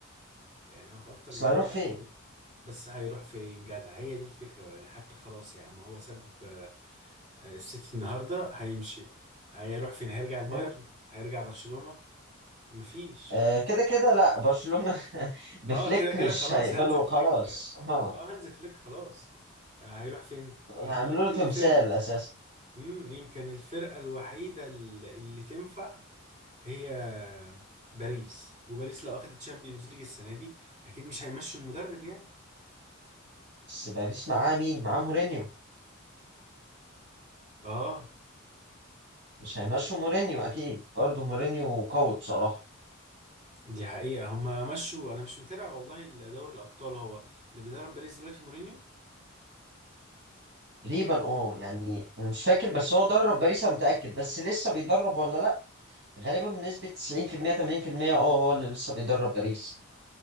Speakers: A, on the right; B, on the right.
A: يعني هو في اكتر
B: بس
A: من
B: هيروح
A: مره
B: فين؟
A: قال كده بس هيروح فين جدع هي دي الفكره يعني حتى خلاص يا عم هو ساب آه، السيتي النهارده هيمشي هيروح فين هيرجع البايرن
B: مم.
A: هيرجع برشلونه مفيش
B: آه كده كده لا برشلونة <laughs> بفليك
A: اه كده كده
B: مش
A: خلاص
B: هيقبلوا
A: هانز فليك
B: خلاص اه
A: اه هانز فليك خلاص آه، هيروح فين يعني
B: هيعملوا
A: يمكن
B: له تمثال
A: الفرقه
B: أساسا
A: امم يمكن الفرقه الوحيده اللي اللي تنفع هي باريس وباريس لو اخدت تشامبيونز ليج السنه دي اكيد مش هيمشي المدرب يعني
B: بس باريس معاه مين؟ معاه مورينيو
A: اه
B: مش هيمشوا مورينيو اكيد برضه مورينيو قوي بصراحه
A: دي حقيقة هما مشوا أنا مش متابع والله دوري الأبطال هو اللي بيدرب باريس دلوقتي مورينيو
B: تقريبا اه يعني انا مش فاكر بس هو درب باريس انا متاكد بس لسه بيدرب ولا لا غالبا بنسبه 90% 80% اه هو اللي لسه بيدرب باريس